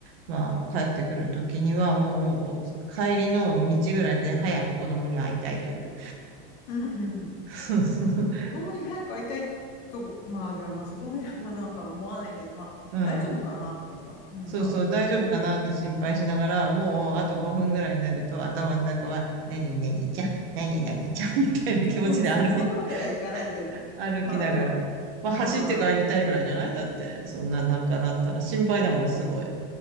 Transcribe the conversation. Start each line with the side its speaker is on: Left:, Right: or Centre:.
Right: まあ、帰ってくる時には、もう、こう帰りの道ぐらいで早く子供に会いたいという。
Left: うん。
Right: <laughs>
Left: まあ子供に早く会いたいと、まあでもまあそこまではまあなんか思わないけど、まあ大丈夫かなとかさ、
Right: うん
Left: なんか
Right: そうそう、大丈夫かなって心配しながら、もうあと5分ぐらいになると頭の中は、何々ちゃん、何々ちゃん <laughs> みたいな気持ちで歩い、
Left: <laughs> そこまではいかないけど、
Right: <laughs> 歩きながら。
Left: まあでも、
Right: まあ、走って帰りたいぐらいじゃないだって、
Left: あー
Right: そんな中なったら心配だもん、すごい。